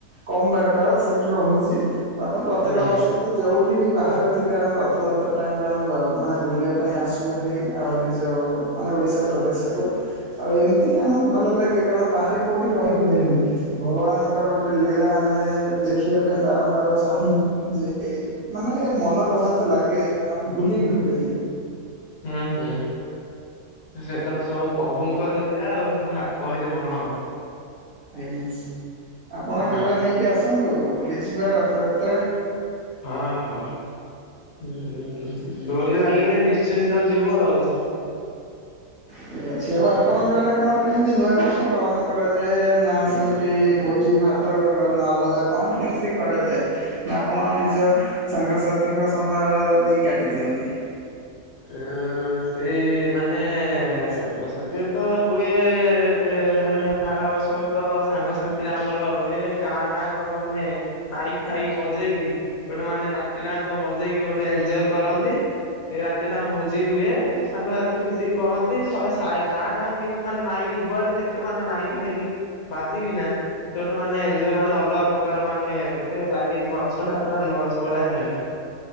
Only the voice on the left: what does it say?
ହୁଁ
ହୁଁ ହୁଁ। ସେଟା ତ ସବୁ ପଭୁଙ୍କ ଲୀଳା ଆଉ ଆଉ କହିଲେ କଣ ହବ?
ହଁ।
ହଁ ହଁ ଉଁ ଉଁ ଉଁ ଡୋରି ଲାଗିଲେ ନିଶ୍ଚିନ୍ତ ଯିବୁ ଆଉ।
ହଁ।
ଏଁ ଏଁ ଏଁ ଅ ଅଁ ସେଇ ଇ ଇ ମାନେ ଏ ଏ ସାଙ୍ଗସାଥି ତ ହୁଏ ଏ ଏ ଡେ ମାନେ ଆର ବର୍ଷ ତ ସାଙ୍ଗସାଥିରେ ଆମର ହୁଏ ଗାଁ ଟାଙ୍କ ମାନେ ମାଇକ୍ ଫାଇ ବଜେଇକି ଗୋଟେ ମାନେ ରାତିଟା ଆଙ୍କ ବଜେଇକି ଗୋଟେ ଏନଜୟ କରନ୍ତି ଏ ରା ତିଟା ଆମ ଭୋଜି ହୁଏ ସାଙ୍ଗସାଥି ମିଶିକି କରନ୍ତି ଶହେ ସାଇ ଗାଁଟା ଯାଙ୍କ କିନ୍ତୁ ମାନେ ମାଇକି ଯୁଆଡ଼େ ଦେଖ ଖିବ ମାଇକି ଫାଇକି ବାଜିକିନା ସିଏ ଗୋଟେ ମାନେ ଏଞ୍ଜୟ ମାନେ ଅଲଗା ପ୍ରକାର ମାନେ ଏ ଏ ଗୋଟେ ଲାଗେ ନୂଆବର୍ଷ ଟା ପୁରା ନୂଆବର୍ଷ ଭଳିଆ ଲାଗେ।